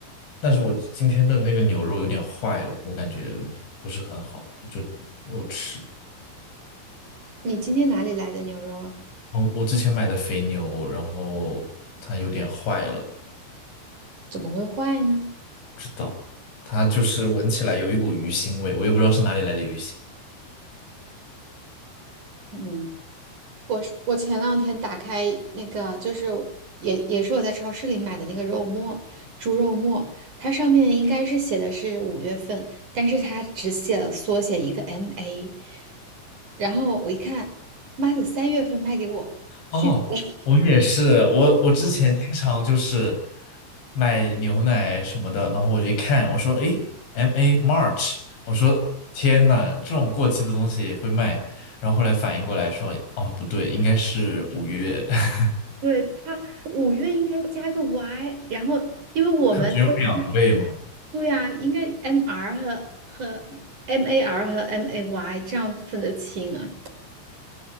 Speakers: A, on the left (about 60°); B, on the right (about 40°).
A: 但是我今天的那个牛肉有点坏了，我感觉不是很好，就没有吃。
B: 你今天哪里来的牛肉啊？
A: 我我之前买的肥牛，然后它有点坏了，
B: 怎么会坏呢？
A: 不知道，它就是闻起来有一股鱼腥味，我也不知道是哪里来的鱼腥。
B: 嗯，我是我前两天打开那个，就是也也是我在超市里买的那个肉末，猪肉末，它上面应该是写的是五月份，但是它只写了缩写一个 MA，然后我一看，妈的，三月份卖给我，气死了！
A: 哦，我也是，我我之前经常就是买牛奶什么的，然后我就一看，我说，诶 m a March，我说天呐，这种过期的东西也会卖，然后后来反应过来说，哦，不对，应该是五月，<laughs>
B: 对，它五月应该加个 Y，然后因为我们都。
A: 它只有两位嘛，
B: 对呀、应该 MR 和和 MAR 和 MAY 这样分得清啊